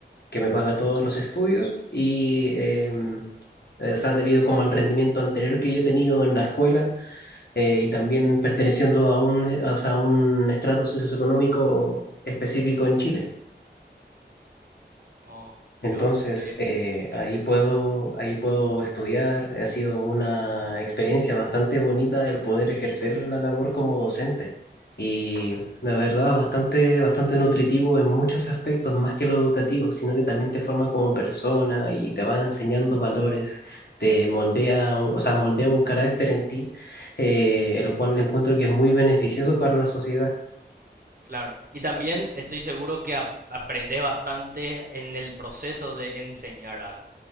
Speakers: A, on the left; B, on the right.
A: que me paga todos los estudios y em, eh, o sea, debido como al rendimiento anterior que yo he tenido en la escuela eh, y también perteneciendo a un, o sea, a un estrato socioeconómico específico en Chile.
B: Oh, mira
A: Entonces,
B: usted, qué,
A: eh,
B: qué interesante.
A: ahí puedo, ahí puedo estudiar. Ha sido una experiencia bastante bonita el poder ejercer la labor como docente. Y la verdad, bastante, bastante nutritivo en muchos aspectos, más que lo educativo, sino que también te forma como persona y te va enseñando valores, te moldea, un- o sea, moldea un carácter en ti, eh, el cual encuentro que es muy beneficioso para la sociedad.
B: Claro, y también estoy seguro que ap- aprendes bastante en el proceso de enseñar algo.